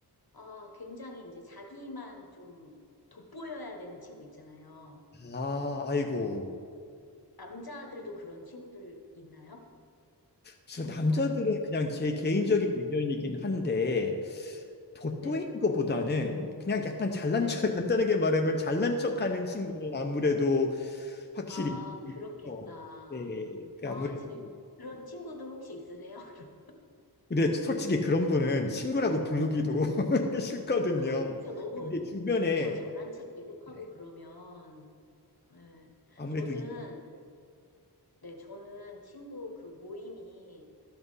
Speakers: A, on the left; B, on the left.
A: 아, 굉장히 이제 자기만 좀 돋보여야 되는 친구 있잖아요.
B: 아, 아이고.
A: 남자들도 그런 친구들 있나요?
B: 그래서 남자들은
A: 그러니까
B: 그냥 제 개인적인 의견이긴 한데 돋보이는
A: 네,
B: 것보다는 그냥 약간 잘난
A: 네.
B: 척 <laughs> 간단하게 말하면 잘난 척하는 친구는 아무래도 확실히
A: 아,
B: 있죠.
A: 그렇겠다.
B: 네, 그
A: 아,
B: 아무래도
A: 제 그런 친구들 혹시 있으세요? <laughs> 그럼.
B: 근데 솔직히 그런 분은 친구라고 부르기도 <laughs> 싫거든요.
A: 아, 그쵸. 너무
B: 근데 주변에
A: 그쵸. 잘난 체 계속하고
B: 네.
A: 그러면 네.
B: 아무래도
A: 저는
B: 있...
A: 네, 저는 친구 그 모임이